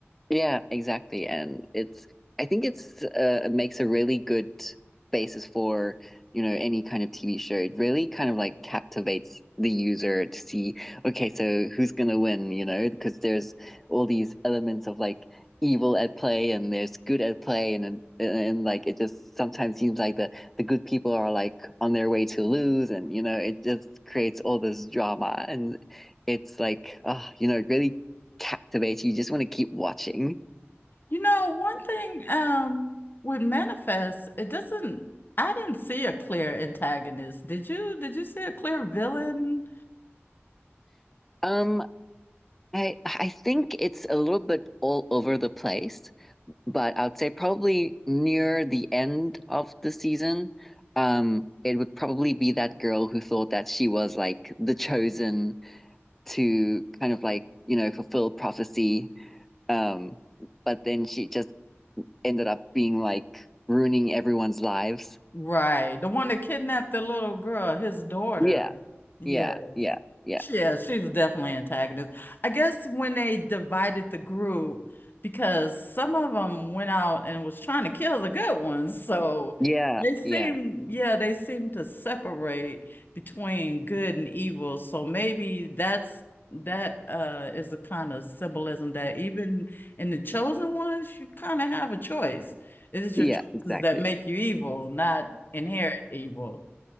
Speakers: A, in the centre; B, on the left.
A: Yeah, exactly. And it's, I think it's, uh, it makes a really good basis for, you know, any kind of TV show. It really kind of like captivates the user to see, okay, so who's gonna win, you know, because there's all these elements of like evil at play and there's good at play and, and and like it just sometimes seems like the the good people are like on their way to lose and you know it just creates all this drama and it's like ah, you know it really captivates you. You just want to keep watching.
B: You know, one thing um with Manifest, it doesn't I didn't see a clear antagonist. Did you? Did you see a clear villain?
A: Um, I I think it's a little bit all over the place, but I would say probably near the end of the season, um, it would probably be that girl who thought that she was like the chosen to kind of like, you know, fulfill prophecy. Um, but then she just ended up being like ruining everyone's lives.
B: Right. The one that kidnapped the little girl, his daughter.
A: Yeah,
B: Yes.
A: yeah, yeah, yeah,
B: Yeah, she was definitely antagonist. I guess when they divided the group, because some of them went out and was trying to kill the good ones. So
A: yeah,
B: they seem,
A: yeah,
B: yeah, they seem to separate between good and evil. So maybe that's that uh is the kind of symbolism that even in the chosen ones, you kind of have a choice. It is
A: yeah,
B: your
A: exactly.
B: that make you evil, not inherit evil.